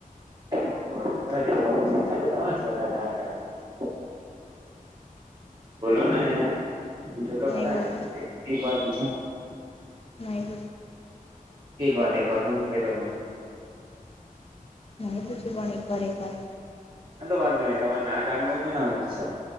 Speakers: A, on the right (about 25°); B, on the left (about 40°).
A: છ બોલો ને પૂછો તો
B: નહીં
A: ઘરે
B: બોલવું
A: એક વાર પૂછે
B: નાબ.
A: એક વાર એક વાર તો હું કહી દઉંને.
B: ના પૂછું પણણી એક વા એક વાર.
A: ના તો વાંધો નઈ તમારે ના જાણવું હોય તો ના ઉત્સ